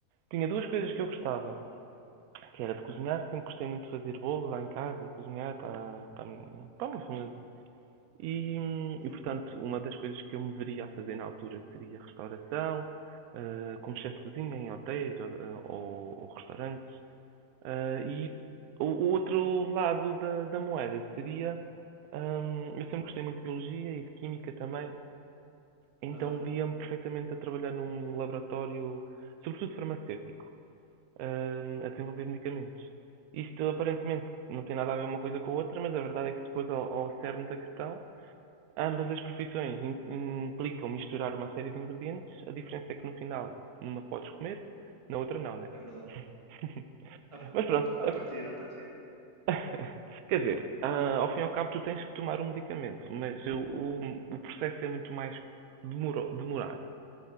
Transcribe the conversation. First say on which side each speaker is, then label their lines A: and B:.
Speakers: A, on the right; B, on the right.
A: Tinha duas coisas que eu gostava,
B: Uhum,
A: que era de cozinhar, sempre gostei muito de fazer bolo lá em casa e cozinhar para, para, a minha- para a minha família. E, hum,
B: uhum,
A: e, portanto, uma das coisas que eu me veria a fazer na altura seria restauração, ah, como chefe de cozinha em hotéis ou, eh, ou- ou restaurantes. Ah, e o, o outro lado da, da moeda seria, hum, eu sempre gostei muito de biologia e de química também, então
B: aham,
A: via-me perfeitamente a trabalhar num laboratório, sobretudo farmacêutico, hum, a desenvolver medicamentos. Isto aparentemente não tem nada a ver uma coisa com a outra, mas a verdade é que se fores ao, ao cerne da questão, Ambas as profissões im- implicam misturar uma série de ingredientes, a diferença é que no final, numa podes comer, na outra não, né?
B: É verdade.
A: <laughs>
B: A,
A: Mas pronto,
B: a,
A: a-
B: a partida, a partida.
A: <laughs> quer dizer, ah, ao fim e ao cabo tu tens que tomar um medicamento, mas o, o- o processo é muito mais demoro- demorado.